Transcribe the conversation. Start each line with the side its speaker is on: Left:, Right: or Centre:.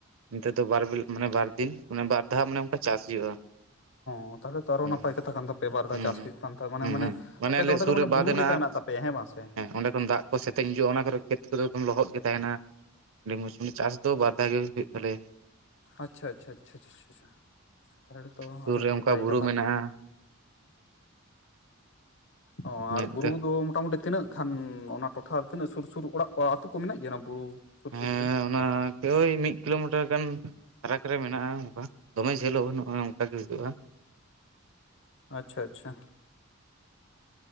Right: ᱱᱮᱛᱟᱨ ᱫᱚ ᱵᱟᱨ ᱵᱤᱞ ᱢᱟᱱᱮ ᱵᱟᱨ ᱫᱤᱱ ᱢᱟᱱᱮ ᱵᱟᱨ ᱫᱷᱟᱣ ᱢᱟᱱᱮ ᱚᱝᱠᱟ ᱪᱟᱥ ᱦᱩᱭᱩᱜᱼᱟ᱾
Left: ᱚ ᱛᱟᱦᱞᱮ ᱛᱚ ᱟᱨᱚ
Right: ᱦᱩᱸ
Left: ᱱᱟᱯᱟᱭ ᱠᱟᱛᱷᱟ ᱠᱟᱱ ᱛᱟ ᱯᱮ ᱵᱟᱨ ᱫᱷᱟᱣ
Right: ᱦᱩᱸ
Left: ᱪᱟᱥ ᱦᱩᱭᱩᱜ ᱠᱟᱱ ᱛᱟ ᱢᱟᱱᱮ
Right: ᱦᱩᱸ
Left: ᱢᱟᱱᱮ ᱟᱯᱮ
Right: ᱟᱞᱮ
Left: ᱫᱚ ᱚᱸᱰᱮ
Right: ᱥᱩᱨ
Left: ᱫᱚ ᱢᱟᱱᱮ
Right: ᱨᱮ ᱵᱟᱸᱫ
Left: ᱵᱩᱨᱩ
Right: ᱦᱮᱱᱟᱜᱼᱟ
Left: ᱞᱮᱠᱟ ᱢᱮᱱᱟᱜ ᱛᱟᱯᱮᱭᱟ ᱦᱮᱸ ᱵᱟᱝ ᱥᱮ?
Right: ᱚᱸᱰᱮ ᱠᱷᱚᱱ ᱫᱟᱜ ᱠᱚ ᱥᱮᱛᱮᱧ ᱦᱤᱡᱩᱜᱼᱟ, ᱚᱱᱟ ᱠᱚᱨᱮ ᱠᱷᱮᱛ ᱠᱚᱫᱚ ᱞᱚᱦᱚᱫ ᱜᱮ ᱛᱟᱦᱮᱸᱱᱟ᱾ ᱟᱹᱰᱤ ᱢᱚᱸᱡ ᱢᱟᱱᱮ ᱪᱟᱥ ᱫᱚ ᱵᱟᱨᱫᱷᱟᱣ ᱜᱮ ᱦᱩᱭᱩᱜ ᱛᱟᱞᱮᱭᱟ᱾
Left: ᱟᱪᱪᱷᱟ ᱪᱷᱟ ᱪᱷᱟ ᱪᱷᱟ᱾ ᱛᱟᱦᱚᱞᱮ ᱱᱤᱛᱚᱜ ᱦᱚᱸ
Right: ᱥᱩᱨ
Left: ᱟᱹᱰᱤ
Right: ᱨᱮ
Left: ᱱᱟᱯᱟᱭ
Right: ᱚᱱᱠᱟ ᱵᱩᱨᱩ
Left: ᱠᱟᱛᱷᱟ᱾
Right: ᱢᱮᱱᱟᱜᱼᱟ
Left: ᱚ
Right: ᱧᱮᱞ
Left: ᱟᱨ ᱵᱩᱨᱩ
Right: ᱛᱮ
Left: ᱫᱚ ᱢᱚᱴᱟᱼᱢᱩᱴᱤ ᱛᱤᱱᱟᱹᱜ ᱠᱷᱟᱱ ᱚᱱᱟ ᱴᱚᱴᱷᱟ ᱛᱤᱱᱟᱹᱜ ᱥᱩᱨ ᱥᱩᱨ ᱚᱲᱟᱜ ᱠᱚ ᱟᱹᱛᱩ ᱠᱚ ᱢᱮᱱᱟᱜ ᱜᱮᱭᱟ ᱚᱱᱟ ᱵᱩᱨᱩ ᱥᱩᱨ
Right: ᱦᱮᱸ
Left: ᱥᱩᱨ ᱛᱮ?
Right: ᱚᱱᱟ ᱠᱮ ᱳᱭ ᱢᱤᱫ ᱠᱤᱞᱳᱢᱤᱴᱟᱨ ᱜᱟᱱ ᱯᱷᱟᱨᱟᱠ ᱨᱮ ᱢᱮᱱᱟᱜᱼᱟ ᱚᱝᱠᱟ ᱫᱚᱢᱮ ᱡᱷᱟᱹᱞᱚᱜ ᱵᱟᱹᱱᱩᱜᱼᱚᱭ ᱚᱱᱠᱟ ᱜᱮ ᱦᱩᱭᱩᱜᱼᱟ᱾
Left: ᱟᱪᱪᱷᱟ ᱟᱪᱪᱷᱟ᱾